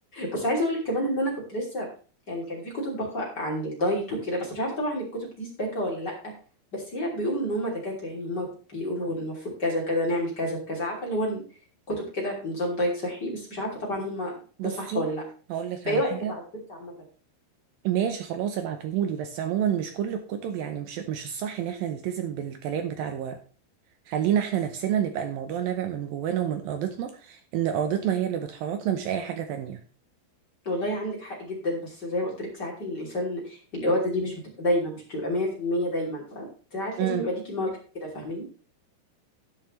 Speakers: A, on the left; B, on the right.
A: بس عايزة اقولك كمان ان انا كنت لسه يعني كان في كتب بقرا عن الدايت وكده بس مش عارفة طبعا الكتب دي سباكة ولا لأ بس هي بيقولوا ان هما دكاترة يعني هما بيقولوا إن المفروض كذا كذا نعمل كذا في كذا عارفة اللي هو كتب كده بنظام دايت صحي بس مش عارفة طبعا هما
B: بصي
A: ده صح ولا لأ
B: هقول لك
A: فايه
B: على
A: رأيك
B: حاجة
A: ابعتهولك عامة
B: ماشي خلاص ابعتهولي بس عموما مش كل الكتب يعني مش مش الصح ان احنا نلتزم بالكلام بتاع الورق خلينا احنا نفسنا نبقى الموضوع نابع من جوانا ومن ارادتنا ان ارادتنا هي اللي بتحركنا مش اي حاجة تانية
A: والله عندك حق جدا بس زي ما قلت لك ساعات الانسان الاراده دي مش بتبقى دايما مش بتبقى 100% دايما فساعات
B: امم
A: لازم يبقى ليكي موقف كده فاهماني